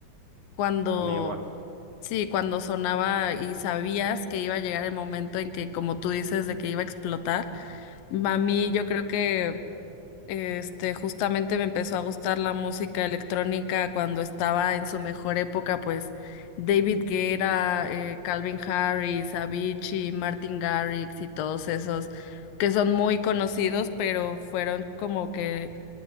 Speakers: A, on the left; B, on the right.
A: cuando
B: A mí igual.
A: Sí, cuando sonaba y sabías que iba a llegar el momento en que, como tú dices, de que iba a explotar. A mí yo creo que este justamente me empezó a gustar la música electrónica cuando estaba en su mejor época, pues David Guetta, eh, Calvin Harris, Avicii, Martin Garrix y todos esos que son muy conocidos, pero fueron como que